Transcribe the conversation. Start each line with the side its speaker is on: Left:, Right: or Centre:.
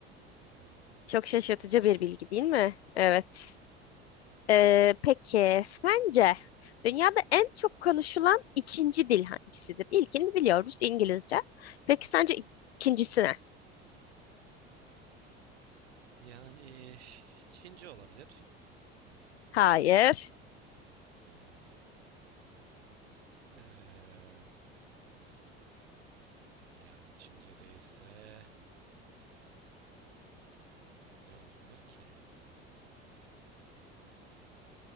Right: Hmm,
Left: Çok şaşırtıcı
Right: ilginç.
Left: bir bilgi değil mi? Evet. Ee, peki sence dünyada en çok konuşulan ikinci dil hangisidir? İlkini biliyoruz İngilizce. Peki sence ikincisi ne?
Right: Yani Çince olabilir.
Left: Hayır,
Right: Hmm. Ee, yani Çince değilse ne olabilir ki?